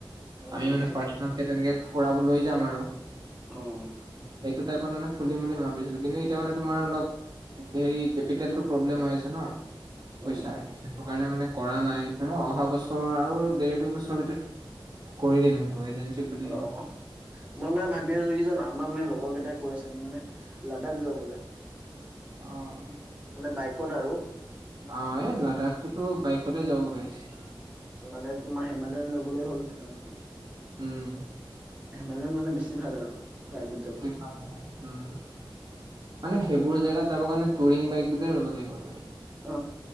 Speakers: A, on the right; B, on the right.
A: উম
B: আমি
A: উম
B: মানে
A: ঠিকে
B: পাৰ্চেনেলকে তেনেকে ফুৰাব লৈ যাম আৰু,
A: উম
B: সেইটোত টাইপত মানে খুলিম ভাবিছিলোঁ‌, কিন্তু এতিয়া মানে তোমাৰ অলপ হেৰি কেপিটেলটো প্ৰব্লেম হৈ আছে ন পইচাৰ,
A: উম
B: সেইটো কাৰণে মানে কৰা নাই। তেওঁ অহা বছৰ আৰু দেৰ দুই বছৰৰ ভিতৰত কৰি দিম সেইটো, এজেঞ্চি খুলি
A: অ',
B: দিম।
A: মই মানে ভাবি আছোঁ কি জানা? আমাৰ মানে লগৰ কেইটাই কৈ আছং মানে, লাডাখ যাবলে।
B: অ'।
A: বাইকত আৰু
B: অ' এ লাডাখটোতো বাইকতে যাব বেষ্ট।
A: মানে তোমাৰ হেমালায়ন লৈ গলে হ'ল, হেমালায়ন।
B: উম,
A: হেমালয়ান মানে বেছি ভাল আৰু, ৰাইডত যাব।
B: <unintelligible> উম, মানে সেইবোৰ জেগাত যাব কাৰণে টুৰিং বাইক বুলিয়ে ল'ব লাগিব তুমি।
A: অ